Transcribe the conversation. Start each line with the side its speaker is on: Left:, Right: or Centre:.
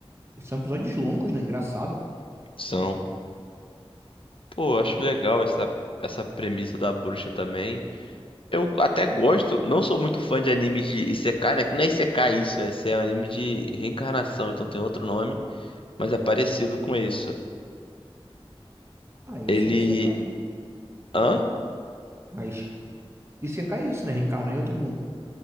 Right: São episódios longos, né? Engraçado.
Left: São. Pô, eu acho legal essa, essa premissa da bruxa também. Eu até gosto, não sou muito fã de animes de Isekai, né? Que Não é Isekai isso, é, esse é um anime de reencarnação, então tem outro nome, mas é parecido com isso.
Right: Ah, esse
Left: Ele.
Right: é um Isekai, né?
Left: Hã?
Right: Mas Isekai é isso, né? Reencarnar em outro mundo.